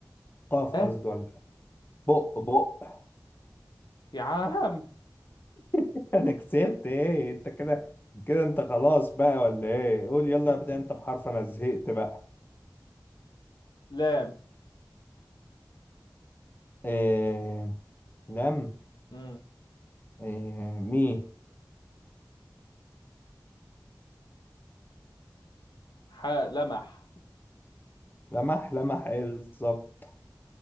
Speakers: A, on the left (about 25°); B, on the left (about 75°).
A: قاف
B: اه
A: قصدي ولا بق بق
B: يا عم
A: <laughs> انا كسبت ايه انت كده كده انت خلاص بقى ولا ايه قول يلا
B: <laughs>
A: ابدا انت بحرف انا زهقت بقى
B: لام
A: إيه لم
B: مم.
A: إيه مي
B: ح لمح
A: لمح لمح ايه بالظبط